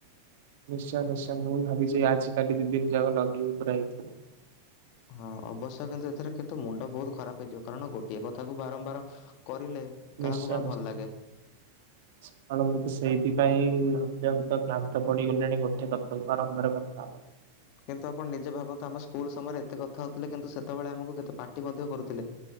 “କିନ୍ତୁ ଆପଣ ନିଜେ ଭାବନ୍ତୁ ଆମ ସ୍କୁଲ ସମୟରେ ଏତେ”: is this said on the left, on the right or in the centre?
Left